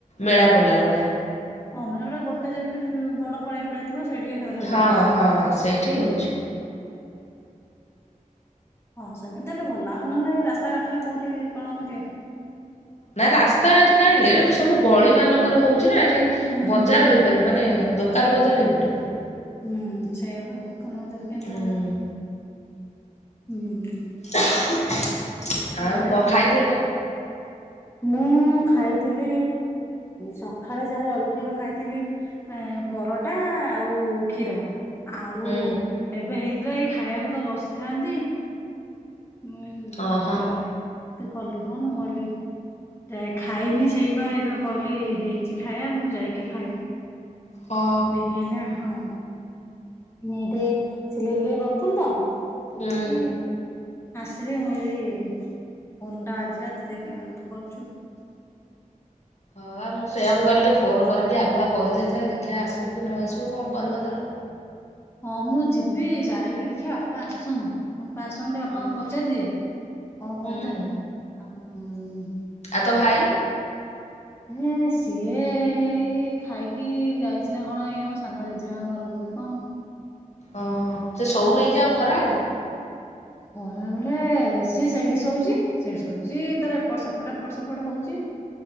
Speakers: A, on the left; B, on the left.
A: ଓହୋ
B: ମେଳା ପଡ଼ିଲା ଭଳିଆ।
A: <inaudible> ଗୋଟେ ଯେମତି ବଡ ପଡିଆ ଫଡିଆ ଥିବ ସେଇଠି ଏକାଥରେ
B: ହଁ
A: ପଡୁଛି।
B: ହଁ ସେଇଠି ହଉଛି।
A: ହଁ ସେମିତି ହେଲେ ଭଲ ଆଉ ନହେଲେ ରାସ୍ତାଘାଟରେ କୋଉଠି କଣ କରିବେ?
B: ନା ରାସ୍ତା ଏଠି କାହିଁକି ସବୁ ଗଳି ମାନଙ୍କରେ ହଉଛି। ଏଠି
A: ହୁଁ
B: ବଜାର
A: ହୁଁ
B: ହେଇପାର ମାନେଦୋ ଦୋକାନ ବଜାର ହେଇପାରିବନି।
A: ହୁଁ ସେଇଆ ପା ଲୋକ ବଜାର କେମିତି
B: ହୁଁ
A: ହବ। ହୁଁ।
B: ଆଉ
A: ସେଇଆ
B: କଣ
A: ଆଉ।
B: ଖାଇଥିଲୁ କଣ?
A: ମୁଁ ଖାଇଥିଲି ସକାଳେ ଯାହା ଜଳଖିଆ ଖାଇଥିଲି ଏ ପରଟା ଆଉ କ୍ଷୀର। ଆଉ
B: ହୁଁ
A: ଏବେ ହେଇ ଏବେ ଏଇ ଖାଇବାକୁ ତ ବସିଥାନ୍ତି। ମୁଁ କହିଲି
B: ଓହୋ।
A: ତାପରେ ତୁ କଲୁ ଫୋନ ମୁଁ କହିଲି ଯାଏ ଖାଇନି ସେଇପା ଏଇପା କହିଲି ହେଇଛି ଖାଇବା ମୁଁ ଯାଇକି ଖାଇବି।
B: ହଁ।
A: ଏଇନା ହଁ। ଏଇଟି ସିଲେଇ ଫିଲେଇ କରୁଥିଲି ତ। କରି
B: ହୁଁ।
A: କିି। ଆସିଲି ମୁଁ କହିଲି ଫୋନ ଟା ବାଜିଲା ତୁ ଦେଖିଲା ଆଳକୁ ତୁ କରିଚୁ।
B: ହଁ ମୁଁ ସେଇଆ ମୁଁ କହିଲି ଫୋନ କରିକି ଆଗୁଆ କହିଦେଇଥାଏ ଦେଖିବା ଆସିବ କି ନ ଆସିବ କଣ କରିବ ତାର?
A: ହଁ ମୁଁ ଯିବି ଯାଇକି ଦେଖିଆ ବାପା ଆସନ୍ତୁ। ବାପା ଆସନ୍ତୁ ଟିକେ ବାପାଙ୍କୁ
B: ହୁଁ
A: ପଚାରିଦିଏ କଣ
B: ହୁଁ
A: କହୁଛନ୍ତି? ଆମ୍।
B: ଆଉ ତୋ ଭାଇ?
A: ଏ ସିଏ ଏଇ ଖାଇକି ଯାଇଛି ନା କଣ ଏଇ ଆମ ସାନ ଜେଜେମାଙ୍କ ଘରକୁ କି କଣ?
B: ଓହୋ ସେ ସୋଉ ନିକି ଆଉ ଖରା ବେଳେ।
A: ଖରା ବେଳେ ସିଏ ସେଇଠି ଶୋଉଛି ସେଇଠି ଶଉଛି ତାର ଏପଟ ସେପଟ ଏପଟ ସେପଟ ହଉଛି।